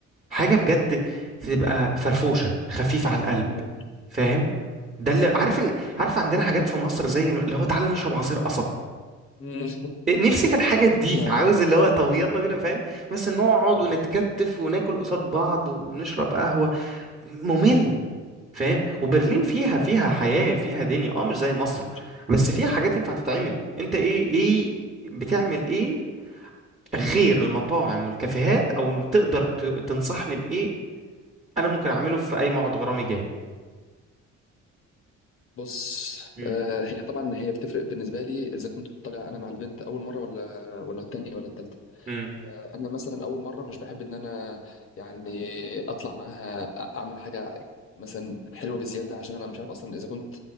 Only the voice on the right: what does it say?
حاجه بجد تبقى فرفوشه خفيفه على القلب
فاهم ده اللي عارف ال... عارف عندنا حاجات في مصر زي ما- اللي هو تعالى نشرب عصير قصب
إيه، نفسي في الحاجات دي
عاوز اللي هو طب يلا بينا فاهم بس نقعد
ونتكتف وناكل قصاد بعض ونشرب قهوة ممل فاهم وبرلين فيها
فيها حياة فيها دنيا اه مش زي مصر
بس فيها حاجات ينفع تتعمل انت ايه ايه بتعمل ايه غير المطاعم والكافيهات او تقدر ت... تنصحني بايه انا ممكن اعمله في اي موعد غرامي جاي
مم.
مم.